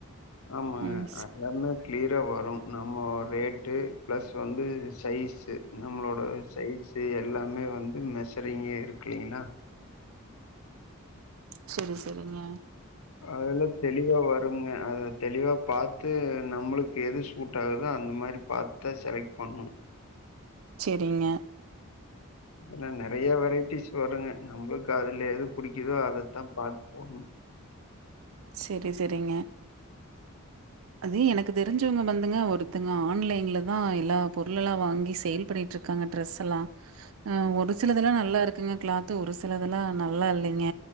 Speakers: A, on the left; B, on the right.
A: ஆமா
B: ம்.
A: அது மாரி கிளியரா வரும் நம்ம ரேட்டு ப்ளஸ் வந்து சைஸு நம்மளோட சைஸு எல்லாமே வந்து மெஷரிங்கே இருக்குங்களா
B: செரி செரிங்க
A: அதுல தெளிவா வரும்ங்க அத தெளிவா பாத்து நம்மளுக்கு எது சூட் ஆகுதோ அந்த மாரி பாத்து செலக்ட் பண்ணணும்
B: செரிங்க
A: அதல்லாம் நெறைய வெரைட்டிஸ் வருங்க நம்மளுக்கு அதுல எது பிடிக்குதோ அதத்தான் பாத்து போன்ணும்
B: செரி செரிங்க அது எனக்கு தெரிஞ்சவுங்க வந்துங்க ஒருத்தங்க ஆன்லைன்லதான் எல்லா பொருள் எல்லாம் வாங்கி சேல் பண்ணிட்டு இருக்காங்க ட்ரெஸ்ல்லாம் ஆஹ் ஒரு சிலதுெல்லாம் நல்லா இருக்குங்க கிளாத்து ஒரு சிலதுெல்லாம் நல்லா இல்லிங்க